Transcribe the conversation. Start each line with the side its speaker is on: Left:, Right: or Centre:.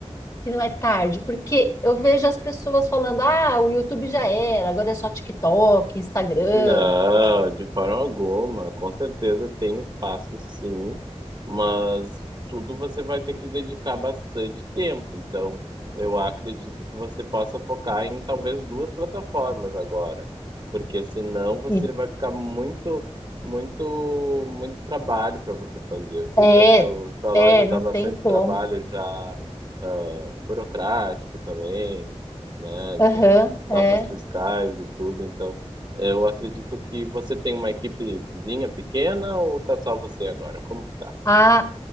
Left: que não é tarde? Porque eu vejo as pessoas falando, ah, o YouTube já era, agora é só TikTok, Instagram.
Right: Não, de forma alguma. Com certeza tem espaço, sim, mas tudo você vai ter que dedicar bastante tempo. Então, eu acredito que você possa focar em talvez duas plataformas agora, porque senão você
Left: E-
Right: vai ficar muito, muito, muito trabalho para você fazer. Eu sei
Left: é,
Right: que a seu, sua loja
Left: é,
Right: dá
Left: não
Right: bastante
Left: tem como.
Right: trabalho já ah, burocrático também, né?
Left: Aham,
Right: Da questão de notas
Left: é.
Right: fiscais e tudo. Então, eu acredito que você tem uma equipezinha pequena ou tá só você agora? Como que tá?
Left: Ah,